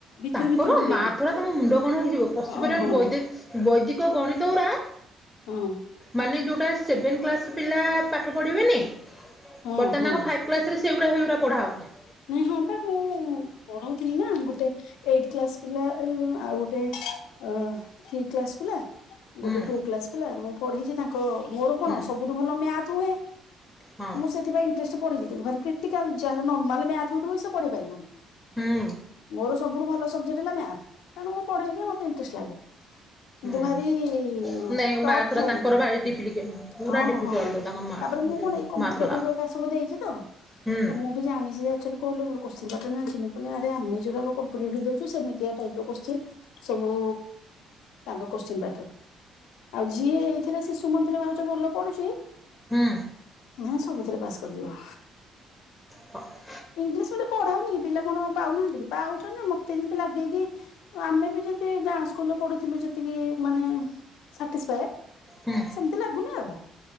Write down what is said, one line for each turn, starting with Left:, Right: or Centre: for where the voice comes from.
Left: ଭିତରୁ
Centre: ତାଙ୍କର
Left: ଭିତରୁ ପୁରେଇକି
Centre: ମା ଥର ତମ ମୁଣ୍ଡ କଣ ହେଇଯିବ ପଶିପାରିବନ
Left: ହଁ ହଁ
Centre: ବୈଦ। ବୈଦିକ ଗଣିତଉରା।
Left: ହଁ।
Centre: ମାନେ ଯେଉଁଟା ସେଭେନ୍ କ୍ଲାସ୍ର ପିଲା ପାଠ ପଢ଼ିବେନି।
Left: ହଁ
Centre: ବର୍ତମାନ
Left: ହଁ
Centre: ତାଙ୍କ ଫାଇଭ କ୍ଲାସ ରେ ସେଇଗୁଡା ସେଇଗୁଢା ପଢା ହଉଛି।
Left: ନାଇଁ ହଁ ବା ମୁଁ ପଢଉଥିଲି ନା ଗୋଟେ ଏଇଟି କ୍ଲାସ। ପିଲା ଆଉ ଗୋଟେ ଅ ଥ୍ରୀ କ୍ଲାସ ପିଲା
Centre: ହୁଁ
Left: ଗୋଟେ ଟୁ କ୍ଲାସ ପିଲା ମୁ। ପଢେଇଛି ତାଙ୍କ ମୋର କଣ
Centre: ହୁଁ
Left: ସବୁଠୁ ଭଲ ମ୍ୟାଥ ହୁଏ।
Centre: ହଁ
Left: ମୁଁ ସେଥିପାଇଁ ଇଣ୍ଟ୍ରେଷ୍ଟରେ ପଢିଲି କିନ୍ତୁ୍ ଭାରି କ୍ରିଟିକାଲ ଯାହାର ନର୍ମାଲ ମ୍ୟାଥ ହଉଥିବ ସେ ପଢେଇ ପାରିବନି।
Centre: ହୁଁ
Left: ମୋର ସବୁଠୁ ଭଲ ସବଜେକ୍ଟ ହେଲା ମ୍ୟାଥ। ତେଣୁ ମୁଁ ପଢେଇଦିଏ ମତେ ଇଣ୍ଟରେଷ୍ଟ ଲାଗେ। କିନ୍ତୁ
Centre: ହୁଁ
Left: ଭାରି ହ
Centre: ନାଇଁ
Left: ଟପ
Centre: ମାଥୁରା
Left: ଥାଏ
Centre: ତାଙ୍କର
Left: କିନ୍ତୁ।
Centre: ଭାରି ଡିପ୍ଲିକେ ପୁରା
Left: ହଁ
Centre: ଡିଫିକଲ୍ଟ
Left: ହଁ
Centre: ତାଙ୍କ ମା
Left: ତାପରେ ମୁଁ
Centre: ଯୋଉ
Left: କଣ ଏ କମ୍ପିଟେଟିଭ
Centre: ମାଥୁରା।
Left: ହେରିକା ସବୁ ଦେଇଛି ତ,
Centre: ହୁଁ
Left: ତ ମୁଁ ବି ଜାଣିଛି ଯେ ଆକଚୁଆଲି କୋଉ ଲେବୁଲ୍ କୋଶ୍ଚିନ୍ ପାର୍ଟନ ଜାଣିଛନ୍ତି? ମୁଁ କହିଲି ଆରେ ଆମେ ଯୋଉରାକ କମ୍ପିଟେଟିଭ ଦଉଚୁ, ସେମିତିଆ ଟାଇପର କୋଶ୍ଚିନ। ସବୁ ତାଙ୍କ କୋଶ୍ଚିନ୍ ପାର୍ଟର। ଆଉ ଯିଏ ହେଇଥିରେ ଶିଶୁ ମନ୍ଦିରରେ ଭାବୁଛ ଭଲ ପଢ଼ୁଛି
Centre: ହୁଁ
Left: ହଁ ସବୁଥିରେ ପାସ୍ କରିଯିବ।
Centre: ହୁଁ
Left: ଇଂଲିଶ ମିଡିଅମରେ ପଢା ହୋଉନି କି, ପିଲା କଣ ପାଉନାହାଁନ୍ତି କି ପାଉଛନ୍ତି, ମତେ କିନ୍ତୁ ଲାଗେ କି ଆମେ ବି ଯେମିତି ଗାଁ ସ୍କୁଲରେ ପଢ଼ିଥିଲୁ ଯେତିକି ମାନେ ସାଟିସଫାଏ
Centre: ହୁଁ
Left: ସେମତି ଲାଗୁନି ଆଉ।